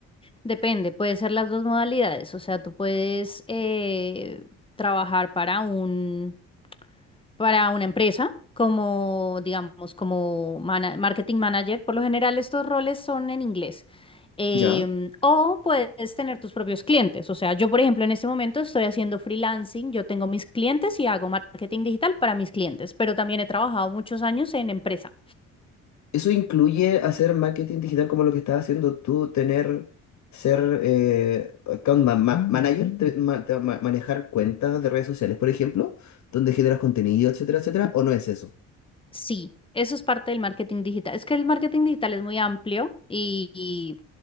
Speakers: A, on the left (about 15°); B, on the left (about 55°).
A: Depende, puede ser las dos modalidades, o sea, tú puedes eh, trabajar para un, para una empresa, como, digamos, como mana- marketing manager. Por lo general, estos roles son en inglés. Em,
B: ¿ya?
A: o puedes tener tus propios clientes. O sea, yo, por ejemplo, en este momento estoy haciendo freelancing, yo tengo mis clientes y hago marketing digital para mis clientes, pero también he trabajado muchos años en empresa.
B: Eso incluye hacer marketing digital como lo que estás haciendo tú, tener, ser eh, account ma- ma- manager, te- ma- te- ma- manejar cuentas de redes sociales, por ejemplo, donde generas contenido, etcétera, etcétera, ¿o no es eso?
A: Sí, eso es parte del marketing digital. Es que el marketing digital es muy amplio y, y,